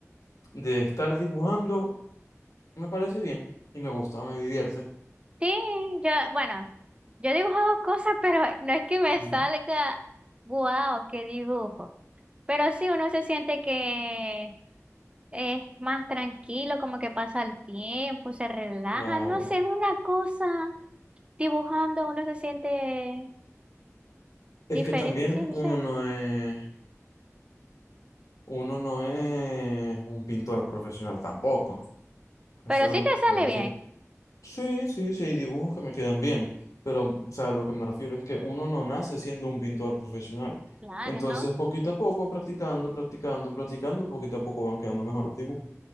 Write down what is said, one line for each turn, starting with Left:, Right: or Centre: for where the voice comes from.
Left: de estar dibujando me parece bien y me gusta, me divierte.
Right: Sí, yo, bueno, yo he dibujado cosas, <laughs> pero no es que me
Left: Ujú.
Right: salga, guau, qué dibujo. Pero sí, uno se siente que es más tranquilo, como que pasa el tiempo, se relaja,
Left: Claro.
Right: no sé, una cosa, dibujando uno se siente
Left: Es
Right: diferente,
Left: que también
Right: sí, no
Left: uno
Right: sé.
Left: no es. Uno no es un pintor profesional tampoco. Eso
Right: Pero sí
Left: es lo
Right: te
Left: que te
Right: sale
Left: iba a decir.
Right: bien,
Left: Sí, sí, sí, hay dibujos que me quedan bien, pero, o sea, lo que me refiero es que uno no nace siendo un pintor profesional.
Right: claro,
Left: Entonces,
Right: ¿no?
Left: poquito a poco, practicando, practicando, practicando, poquito a poco van quedando mejor los dibujos.